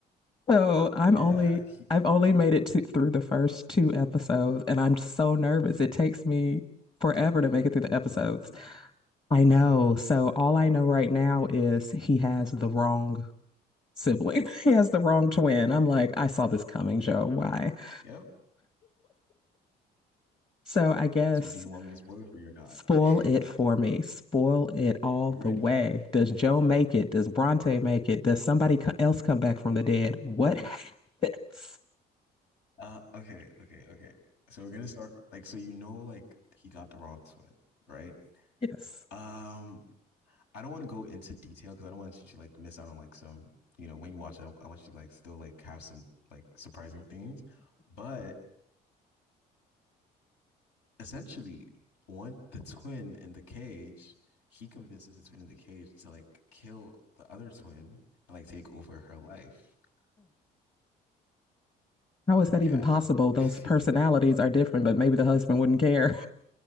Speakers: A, on the left (about 25°); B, on the left (about 75°).
A: So I'm
B: yeah.
A: only I've only made it to, through the first two episodes and I'm so nervous. It takes me forever to make it through the episodes.
B: <laughs> Ooh,
A: I know. So all
B: wow.
A: I know right now is he has the wrong sibling. <laughs> He has the wrong twin. I'm like, I saw this coming, Joe. Why? <laughs>
B: Yep.
A: So I guess
B: So, do you want me to spoil it for you or not?
A: spoil
B: <laughs>
A: it for me. Spoil it all
B: You
A: the
B: ready?
A: way. Does Joe make it? Does Bronte make it? Does somebody co- else come back from the dead? What <laughs> happens?
B: Uh, okay, okay, okay. So we're gonna start like so you know like he got the wrong twin, right?
A: Yes.
B: Um, I don't want to go into detail because I don't want you to like miss out on like some you know when you watch. I don't, I want you to like still like have some like surprising things, but. essentially one the twin in the cage. He convinces the twin in the cage to like kill the other twin and like take over her life.
A: How is that
B: Yeah.
A: even possible?
B: <laughs>
A: Those personalities are different, but maybe the husband wouldn't care.